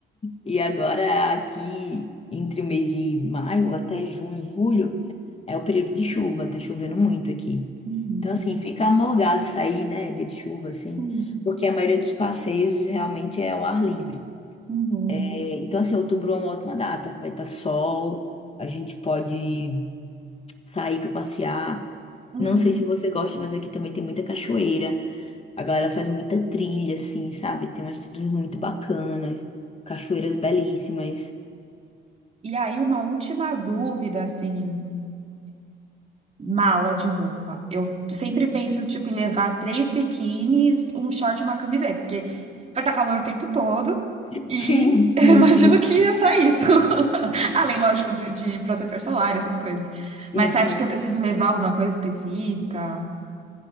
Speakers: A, on the left; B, on the right.
A: E agora, aqui, entre o mês de maio até junho, julho, é o período de chuva, tá chovendo muito aqui.
B: Uhum.
A: Então, assim, fica amorgado sair, né, dia de chuva, assim,
B: Uhum.
A: porque a maioria dos passeios realmente é ao ar livre.
B: Uhum.
A: É, então, assim, outubro é uma ótima data, vai estar sol, a gente pode sair para passear.
B: Uhum.
A: Não sei se você gosta, mas aqui também tem muita cachoeira, a galera faz muita trilha, assim, sabe? Tem umas trilhas muito bacanas, cachoeiras belíssimas.
B: E aí, uma última dúvida, assim. Mala de roupa. Eu sempre penso, tipo, em levar três biquínis, um short e uma camiseta, porque vai estar calor o tempo todo e
A: Sim,
B: <laughs> eu
A: sim,
B: imagino
A: sim,
B: que é só isso. <laughs> Além, lógico, de, de protetor solar, essas coisas.
A: sim,
B: Mas você
A: sim.
B: acha que eu preciso levar alguma coisa específica?